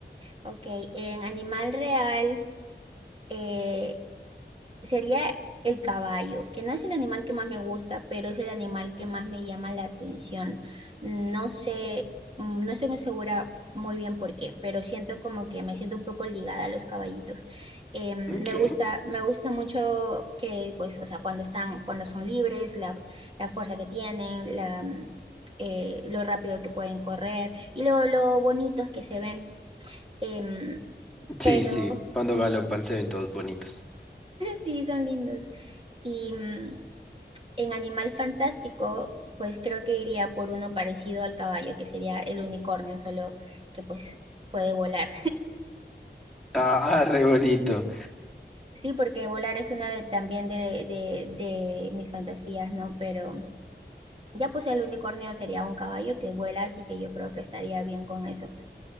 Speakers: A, on the right (about 30°); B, in the centre.
A: ok, en animal real, eh, sería el caballo, que no es el animal que más me gusta, pero es el animal que más me llama la atención. No sé, mm, no estoy muy segura muy bien por qué, pero siento como que me siento un poco ligada a los caballitos. Eh, me
B: Ok.
A: gusta, me gusta mucho que, pues, o sea, cuando están, cuando son libres, la, la fuerza que tienen, la, mm, eh, lo rápido que pueden correr y lo, lo bonitos que se ven. Em,
B: Sí,
A: pero
B: sí, cuando galopan se ven todos bonitos.
A: Sí, son lindos. Y mm, en Animal Fantástico, pues creo que iría por uno parecido al caballo, que sería el unicornio, solo que pues puede volar.
B: Ah, <laughs> re bonito.
A: Sí, porque volar es una de, también de, de, de mis fantasías, ¿no? Pero ya pues el unicornio sería un caballo que vuela, así que yo creo que estaría bien con eso.